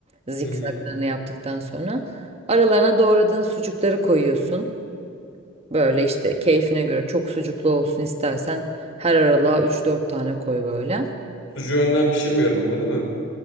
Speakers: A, on the right; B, on the left.
A: Zikzaklarını
B: Hı hı.
A: yaptıktan sonra aralarına doğradığın sucukları koyuyorsun. Böyle işte keyfine göre çok sucuklu olsun istersen her aralığa üç dört tane koy böyle.
B: Sucuğu önden pişirmiyorum ama değil mi?